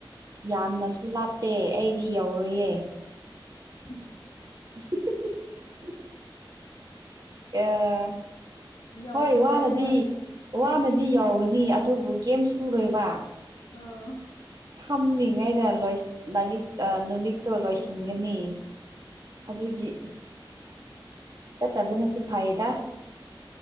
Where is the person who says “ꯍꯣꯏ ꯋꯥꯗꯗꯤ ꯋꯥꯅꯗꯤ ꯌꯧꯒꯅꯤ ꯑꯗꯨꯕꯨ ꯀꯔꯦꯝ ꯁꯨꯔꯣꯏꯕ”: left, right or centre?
Right